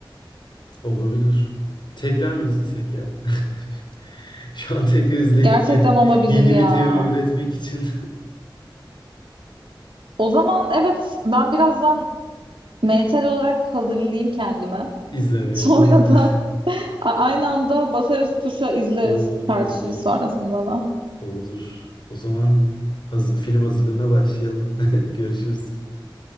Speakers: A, on the left; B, on the right.
A: olabilir. Tekrar mı izlesek ya? <laughs> Şu an tekrar izleyip
B: Gerçekten
A: bir
B: olabilir
A: yeni
B: ya.
A: bir teori üretmek için
B: O zaman evet ben birazdan mental olarak hazırlayayım kendimi.
A: <laughs> izlemeye
B: Sonra
A: değil mi? <laughs>
B: da <laughs> a- aynı anda basarız tuşa izleriz.
A: Olur,
B: Tartışırız
A: olur,
B: sonrasında da.
A: olur. O zaman hazır, film hazırlığına başlayalım. <laughs> Görüşürüz.